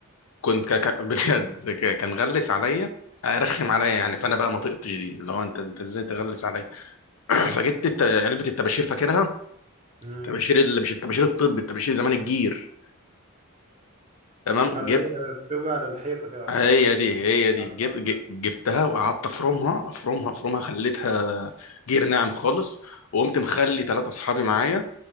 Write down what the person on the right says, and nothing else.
مم.
<laughs> اللي
هي تكتبها على الحيطة كده على
ال-
على
الخضر